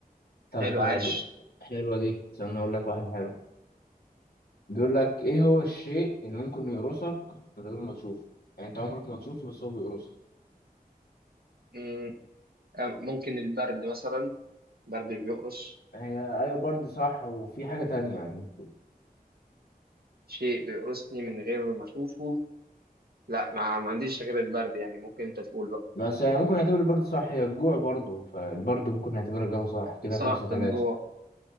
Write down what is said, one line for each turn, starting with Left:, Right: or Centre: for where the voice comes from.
Left: طب
Right: حلو عاش
Left: حلوة دي استنى أقول لك واحد حلو بيقول لك إيه هو الشيء اللي ممكن يقرصك من غير ما تشوفه يعني أنت عمرك ما تشوفه بس هو بيقرصك
Right: مم، أم- ممكن البرد مثلا برد بيقرص
Left: هي أيوة برد صح وفي حاجة تانية يعني
Right: شيء بيقرصني من غير ما أشوفه لا ما ما عنديش غير البرد يعني ممكن أنت تقول بقى
Left: بس يعني ممكن نعتبر البرد صح هي الجوع برضه فالبرد ممكن نعتبرها الجو صح كده
Right: صح
Left: خمسة تلاتة
Right: الجوع